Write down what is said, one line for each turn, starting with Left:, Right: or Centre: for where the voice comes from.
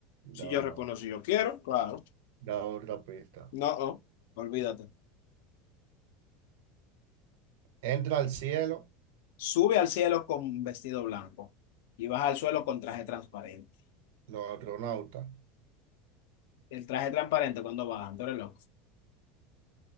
Left: Si
Right: No,
Left: yo respondo
Right: no.
Left: si yo quiero, claro.
Right: Da otra pista.
Left: No, oh, olvídate.
Right: Entra al cielo
Left: Sube al cielo con un vestido blanco y baja al suelo con traje transparente.
Right: los astronautas.
Left: El traje transparente cuando baja, tú eres loco.